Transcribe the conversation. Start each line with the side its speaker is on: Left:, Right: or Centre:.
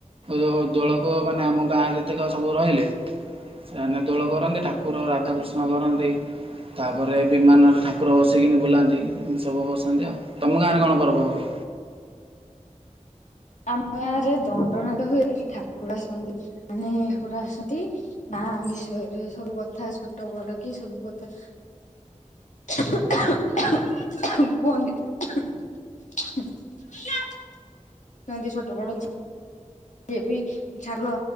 Right: ଯୋଉ ଦୋଳକମାନେ ଆମ ଗାଁରେ ଯେତକ ରହିଲେ ସେମାନେ ଦୋଳ କରନ୍ତି ଠାକୁର ରାଧାକୃଷ୍ଣ କରନ୍ତି ତାପରେ ବିମାନରେ ଠାକୁର ବସିକିନି ବୁଲାନ୍ତି ଏନ୍ତି ସବୁ ବସନ୍ତି ଆଉ। ତମ ଗାଁରେ କଣ ପର୍ବ ହୁଏ?
Left: ଆମ ଗାଁରେ ଦଣ୍ଡନାଟ ହୁଏ ଏଠି ଠାକୁର ଆସନ୍ତି ମାନେ ଏ <unintelligible> ଆସନ୍ତି। ନା ବିଷୟରେ ସବୁ କଥା ଛୋଟ ବଡ କି ସବୁ କଥା କୁହନ୍ତି। <unintelligible> ଛୋଟ ବଡ ଯେ ଯିଏ ବି ଛାଡ